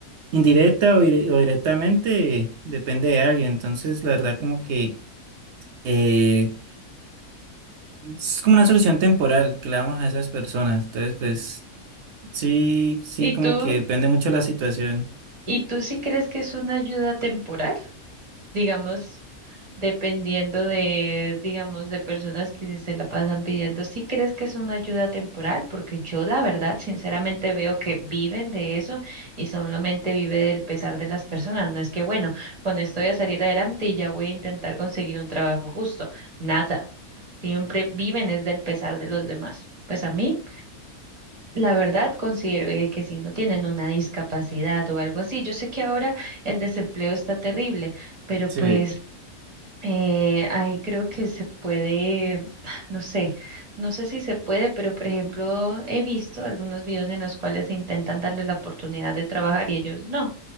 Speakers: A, on the right (about 65°); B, on the right (about 30°).
A: indirecta o, dire- o directamente depende de alguien, entonces la verdad como que eh, es como una solución temporal que le damos a esas personas, entonces pues... Sí, sí,
B: ¿Y
A: como
B: tú,
A: que depende mucho de la situación.
B: y tú sí crees que es una ayuda temporal? Digamos. dependiendo de, digamos, de personas que se la pasan pidiendo. ¿Sí crees que es una ayuda temporal? Porque yo, la verdad, sinceramente veo que viven de eso y solamente vive del pesar de las personas. No es que, bueno, con esto voy a salir adelante y ya voy a intentar conseguir un trabajo justo. Nada. Siempre viven es del pesar de los demás. Pues a mí, la verdad, considero eh, que si no tienen una discapacidad o algo así, yo sé que ahora el desempleo está terrible, pero
A: Sí,
B: pues eh, ahí creo que se puede, <sighs> no sé, no sé si se puede, pero por ejemplo, he visto algunos videos en los cuales se intentan darle la oportunidad de trabajar y ellos no.